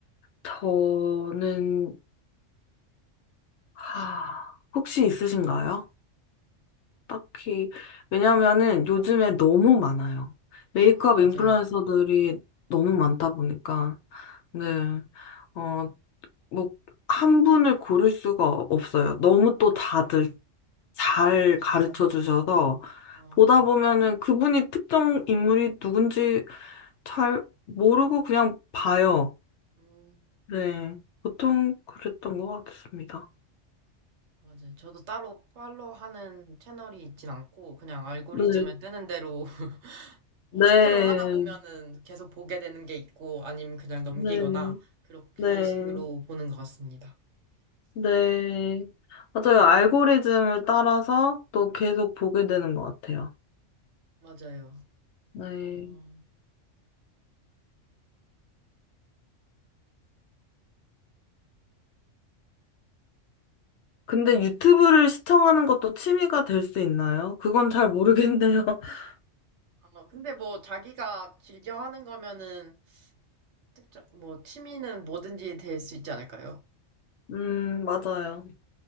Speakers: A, on the left; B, on the right.
A: 저는 하, 혹시 있으신가요? 딱히, 왜냐면은 요즘에 너무 많아요. 메이크업
B: 아, 맞아요.
A: 인플루언서들이 너무 많다 보니까, 네, 어, 뭐, 한 분을 고를 수가 없어요. 너무 또 다들 잘
B: 잘하셔서.
A: 가르쳐 주셔서,
B: 어,
A: 보다 보면은 그분이 특정 인물이 누군지 잘 모르고 그냥 봐요.
B: 음,
A: 네, 보통 그랬던 것 같습니다.
B: 맞아요. 저도 따로 팔로우 하는 채널이 있진 않고, 그냥 알고리즘에
A: 네,
B: 뜨는 대로 <laughs> 뭐
A: 네,
B: 스크롤 하다 보면은 계속 보게 되는 게 있고, 아니면 그냥 넘기거나,
A: 네,
B: 그런, 그런
A: 네.
B: 식으로 보는 것 같습니다.
A: 네.
B: 어,
A: 맞아요. 알고리즘을 따라서 또 계속 보게 되는 것 같아요.
B: 맞아요.
A: 네.
B: 어,
A: 근데 유튜브를 시청하는 것도 취미가 될 수 있나요? 그건 잘 모르겠네요. <laughs>
B: 어, 근데 뭐 자기가 즐겨 하는 거면은, 특정, 뭐 취미는 뭐든지 될 수 있지 않을까요?
A: 음, 맞아요.